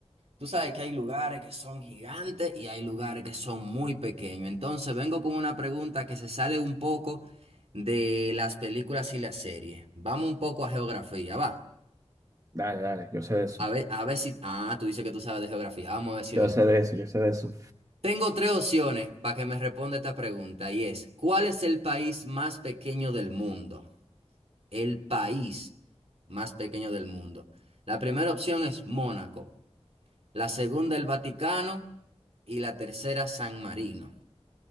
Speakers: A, on the right (about 65°); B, on the right (about 30°).
A: Tú sabes que hay lugares que son gigantes y hay lugares que son muy pequeños. Entonces vengo con una pregunta que se sale un poco de las películas y las series. Vamos un poco a geografía, va.
B: Dale, dale, yo sé de eso.
A: A ver, a ver si... Ah, tú dices que tú sabes de geografía. Vamos a ver si es
B: Yo
A: verdad.
B: sé de eso, yo sé de eso.
A: Tengo tres opciones para que me responda esta pregunta y es, ¿cuál es el país más pequeño del mundo? El país más pequeño del mundo. La primera opción es Mónaco. la segunda el Vaticano y la tercera San Marino.